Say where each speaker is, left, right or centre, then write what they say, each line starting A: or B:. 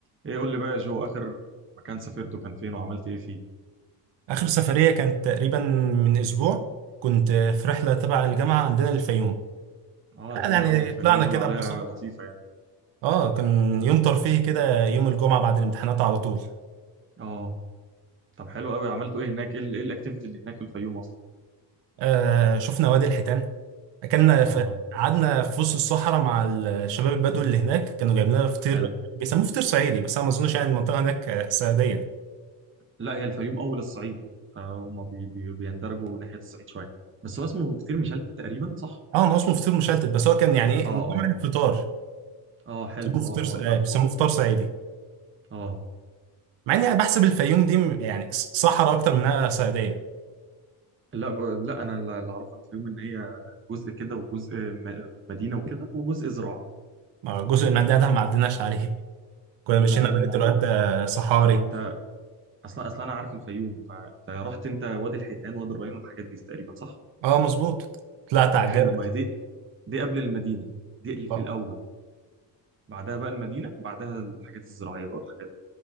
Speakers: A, on the right (about 30°); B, on the right (about 75°).
A: ايه قول لي بقى يا جو اخر مكان سافرته كان فين وعملت ايه فيه
B: آخر سفرية كانت تقريبا من أسبوع كنت في رحلة تبع الجامعة عندنا الفيوم
A: اه ده حلو
B: يعني
A: قوي الفيوم
B: طلعنا
A: بيقولوا
B: كده
A: عليها
B: ببساطة
A: لطيفه يعني
B: آه كان يوم ترفيهي كده يوم الجمعة بعد الامتحانات على طول
A: اه طب حلو قوي عملتوا ايه هناك ايه ال- إيه الاكتيفيتي اللي هناك في الفيوم اصلا
B: آه شفنا وادي الحيتان أكلنا في
A: اه
B: قعدنا في وسط الصحراء مع الشباب البدو اللي هناك كانوا جايبين لنا فطير
A: حلو
B: بيسموه فطير صعيدي بس أنا ما أظنش يعني المنطقة هناك آه، صعيدية
A: لا هي الفيوم اول الصعيد فهم بي بي بيندرجوا ناحيه الصعيد شويه بس هو اسمه كتير مشلت تقريبا صح
B: اه ما هو اسمه فطير مشلتت بس هو كان يعني ايه
A: اه
B: نوع
A: اه
B: الفطار
A: اه حلو
B: بيسموه
A: اه
B: فطير
A: اه عارف
B: آه، بيسموه
A: اه
B: فطار صعيدي
A: اه
B: مع اني انا بحسب الفيوم دي م- يعني صحراء اكتر منها صعيديه
A: لا ب- لا انا اللي اللي اعرفه عن الفيوم ان هي جزء كده وجزء م- مدينه وكده وجزء زراعه
B: ما جزء من ده ده ما عديناش عليه كنا
A: ما
B: ماشيين على
A: ما
B: بنت الواد ده صحاري
A: ما انت اصلا اصلا انا عارف الفيوم فانت رحت انت وادي الحيتان وادي الريان والحاجات دي تقريبا صح
B: اه مظبوط طلعت على
A: حلو
B: الجبل
A: ما هي دي دي قبل المدينه دي في
B: اه
A: الاول بعدها بقى المدينه بعدها الحاجات الزراعيه بقى والحاجات دي